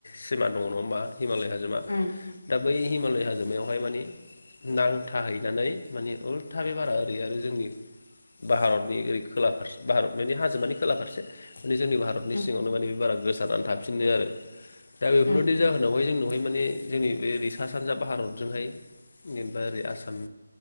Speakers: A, on the left (about 55°); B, on the left (about 80°).
A: सिमा दङ नङा होमबा हिमालय हाजोमा।
B: उम उम
A: दा बै हिमालय हाजोमायावहाय माने नांथाहैनानै माने उल्था बे बारा ओरै आरो जोंनि भारतनि ओरै खोला फारस भारत मानि हाजोमानि खोला <unintelligible> माने जोंनि भारतनि
B: उम
A: सिङावनो माने बे बारा गोसारना <unintelligible> <unintelligible> आरो। दा बेफोरबायदि
B: उम
A: जाहोनावहाय जोंनावहाय माने जोंनि बे ओैरै सा-सानजा भारतजोंहाय जेनेबा ओरै आसाम,